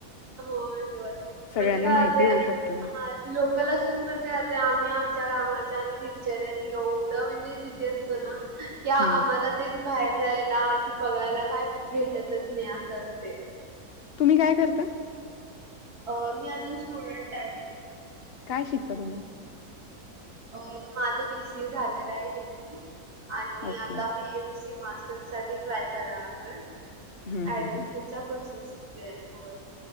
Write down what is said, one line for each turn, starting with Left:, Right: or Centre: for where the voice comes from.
Right: होय होय
Left: सगळ्यांना
Right: म्हणजे काय
Left: माहिती
Right: होते
Left: शकतो
Right: हा लोकल असून पण काय आम्ही आमच्या कामाच्या आणि दिनचऱ्यात एवढं म्हणजे बिझी अस ो ना कि आम्हाला
Left: हं.
Right: तेच बाहेर जायला आणि बघायला काय भेटतच नाही असं असत
Left: तुम्ही काय करता
Right: अं मी अजुन स्टुडंट आहे
Left: काय शिकता तुम्ही
Right: अं माझ बीसी ए झालेल आहे डिग्री आणि
Left: ओके.
Right: आता मी एम सी मास सा ट्राय करालोय
Left: हं, हं,
Right: ऍडमिशनच्या प्रोसेस मध्ये आहे होय